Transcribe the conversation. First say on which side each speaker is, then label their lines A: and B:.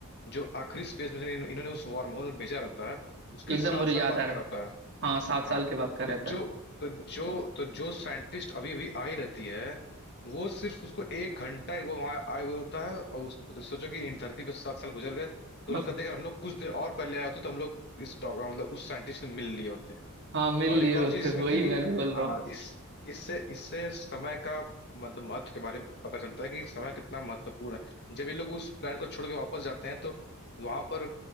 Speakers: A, on the left (about 50°); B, on the right (about 55°).
A: जो आखिरी स्पेस में से इन, इन्होंने उस वार्म होल में भेजा रहता है उसके
B: एकदम
A: सात
B: मुझे
A: साल
B: याद
A: बाद
B: आ रहा
A: का रहता
B: है
A: है
B: हाँ सात साल
A: हाँ
B: के बाद का
A: तो
B: रहता
A: जो
B: है
A: तो जो तो जो साइंटिस्ट अभी भी आई रहती है वो सिर्फ उसको एक घंटा ही वो वहां आए हुए होता है और उस तो सोचो कि इन धरती पे सात साल गुजर गए तो
B: <laughs>
A: वो लोग कहते हैं, अगर हम लोग कुछ देर और पहले आए होते तो हम लोग इस डॉक्टर मतलब उस साइंटिस्ट से मिल लिए होते
B: हाँ मिल
A: और
B: लिए
A: एक और
B: होते
A: चीज इसमें
B: वही
A: थी कि
B: मैं भी बोल
A: हाँ
B: रहा हूँ
A: इस इससे इससे समय का मतलब महत्व के बारे में पता चलता है कि समय कितना महत्वपूर्ण है जब ये लोग उस प्लांट को छोड़ के वापस जाते हैं तो वहां पर